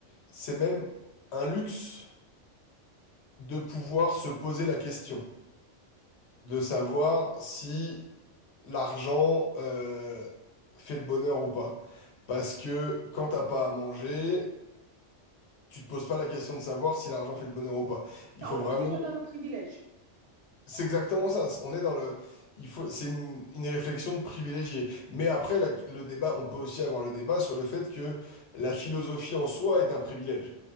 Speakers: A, on the left; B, on the right.
A: C'est même un luxe de pouvoir se poser la question, de savoir si l'argent euh, fait le bonheur ou pas. Parce que quand t'as pas à manger, tu te poses pas la question de savoir si l'argent fait le bonheur ou pas. Il
B: On
A: faut vraiment...
B: est déjà dans le privilège.
A: C'est exactement ça. On est dans le... Il faut... C'est une, une réflexion de privilégié. Mais après, la- le débat, on peut aussi avoir le débat sur le fait que la philosophie en soi est un privilège.